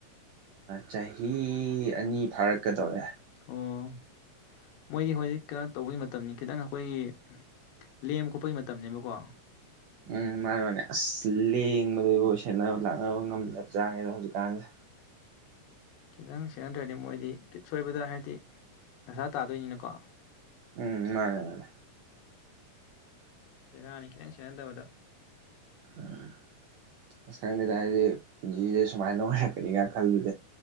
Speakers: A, on the right; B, on the left.
A: ꯆꯍꯤ ꯑꯅꯤ ꯐꯥꯔꯛꯀꯗꯧꯔꯦ
B: ꯑꯣ ꯃꯣꯏꯗꯤ ꯍꯧꯖꯤꯛ ꯀꯩꯅꯣ ꯇꯧꯕꯒꯤ ꯃꯇꯝꯅꯤ ꯈꯤꯇꯪ ꯑꯩꯈꯣꯏꯒꯤ ꯂꯦꯡꯕ ꯈꯣꯠꯄꯒꯤ ꯃꯇꯝꯅꯤꯅꯦꯕꯀꯣ
A: ꯎꯝ ꯃꯥꯅꯦ ꯃꯥꯅꯦ ꯑꯁ ꯂꯦꯡꯕꯗ ꯁꯦꯟꯅꯕ ꯂꯛꯅꯕ ꯉꯝꯗꯦ ꯆꯥꯅꯤꯗ ꯍꯧꯖꯤꯛꯀꯥꯟꯗ
B: ꯅꯪ ꯁꯖꯤꯅꯟꯗ꯭ꯔꯅꯤ ꯃꯣꯏꯗꯤ ꯀꯤꯠ ꯁꯣꯏꯕꯗ ꯍꯥꯏꯗꯤ ꯗꯁꯥ ꯇꯥꯗꯣꯏꯅꯤꯅꯀꯣ
A: ꯎꯝ ꯃꯅꯦ ꯃꯥꯅꯦ
B: ꯕꯦꯔꯥꯅꯤ ꯈꯤꯇꯪ ꯁꯦꯟꯅꯟꯗꯕꯗ
A: ꯎꯝ ꯑꯁ ꯈꯪꯗꯦꯗ ꯍꯥꯏꯁꯦ ꯄꯨꯟꯁꯤꯁꯦ ꯁꯨꯃꯥꯏꯅ ꯅꯨꯡꯉꯥꯏꯔꯛꯀꯅꯤꯒ ꯈꯜꯂꯨꯁ